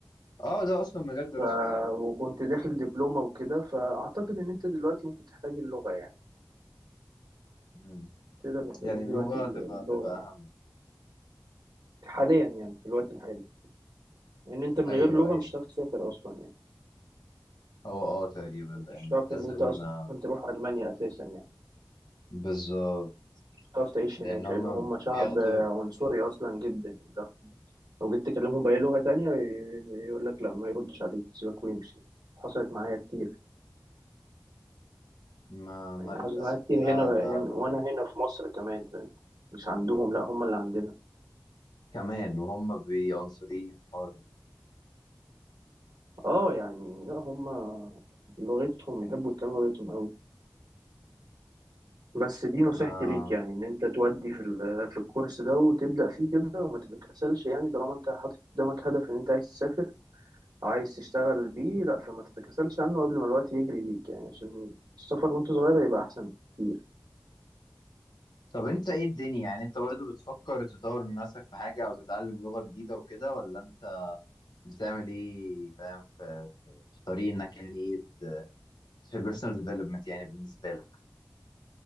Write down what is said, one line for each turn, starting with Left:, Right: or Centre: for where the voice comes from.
Left: اه ده اصلا مجال دراستي
Right: ف... وكنت داخل دبلومة وكده فأعتقد إن أنت دلوقتي ممكن تحتاج اللغة يعني
Left: مم.
Right: تقدر تحتاج
Left: يعني اللغه
Right: دلوقتي اللغة
Left: تبقى تبقى
Right: يعني
Left: اهم
Right: حاليا يعني في الوقت الحالي لأن يعني أنت من
Left: ايوه
Right: غير لغة
Left: ايوه
Right: مش هتعرف تسافر أصلا يعني
Left: هو اه تقريبا لان
Right: مش هتعرف
Left: لازم
Right: إن أنت أصلا
Left: آه،
Right: تروح ألمانيا أساسا يعني
Left: بالظبط
Right: مش هتعرف تعيش
Left: لان
Right: هناك
Left: هم
Right: لأن هم شعب
Left: بياخدوا
Right: عنصري أصلا جدا يعني ده لو جيت تكلمهم بأي لغة تانية ي- يقول لك لا ما يردش عليك سيبك ويمشي حصلت معايا كتير
Left: ما, ما
Right: يعني
Left: للاسف
Right: حصلت معايا كتير
Left: ده
Right: هنا,
Left: ده
Right: هنا
Left: ده
Right: وأنا
Left: حقيقة.
Right: هنا في مصر كمان فاهم؟ مش عندهم لا هم اللي عندنا
Left: كمان وهم بيعنصريين في الحوار ده
Right: اه يعني لا هم لغتهم يحبوا يتكلموا لغتهم قوي بس دي نصيحتي
Left: ما
Right: ليك يعني ان انت تودي في ال- في الكورس ده وتبدا فيه كده وما تتكاسلش يعني طالما انت حاطط قدامك هدف ان انت عايز تسافر او عايز تشتغل بيه لا فما تتكاسلش عنه قبل ما الوقت يجري بيك يعني عشان السفر وانت صغير هيبقى احسن بكتير
Left: طب انت ايه الدنيا يعني انت برضو بتفكر تطور من نفسك في حاجة او تتعلم لغة جديدة وكده ولا انت بتعمل ايه فاهم في, في, في طريق انك يعني ايه في البيرسونال ديفلوبمنت يعني بالنسبة لك